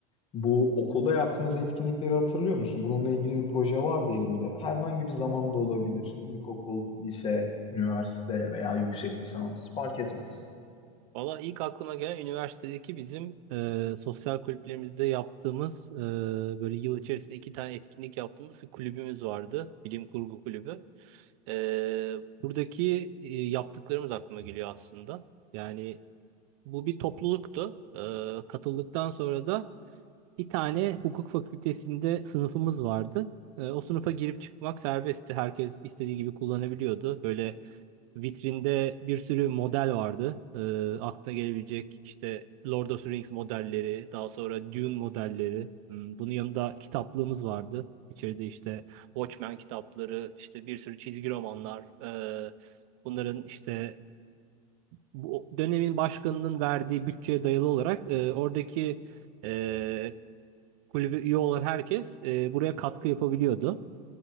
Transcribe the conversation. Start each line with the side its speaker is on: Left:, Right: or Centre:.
Left: Bu okulda yaptığınız etkinlikleri hatırlıyor musun? Bununla ilgili bir proje vardı elimde. Herhangi bir zamanda olabilir. İlkokul, lise, üniversite veya yüksek lisans fark etmez.
Right: Valla ilk aklıma gelen üniversitedeki bizim e, sosyal kulüplerimizde yaptığımız e, böyle yıl içerisinde iki tane etkinlik yaptığımız bir kulübümüz vardı. Bilim Kurgu Kulübü. E, buradaki e, yaptıklarımız aklıma geliyor aslında. Yani bu bir topluluktu. E, katıldıktan sonra da Bir tane hukuk fakültesinde sınıfımız vardı. Ee, O sınıfa girip çıkmak serbestti. Herkes istediği gibi kullanabiliyordu. Böyle vitrinde bir sürü model vardı. Ee, aklına gelebilecek işte Lord of the Rings modelleri, daha sonra Dune modelleri. Hmm, Bunun yanında kitaplığımız vardı. İçeride işte Watchmen kitapları, işte bir sürü çizgi romanlar. ee, bunların işte bu dönemin başkanının verdiği bütçeye dayalı olarak e, oradaki e, kulübe üye olan herkes e, buraya katkı yapabiliyordu.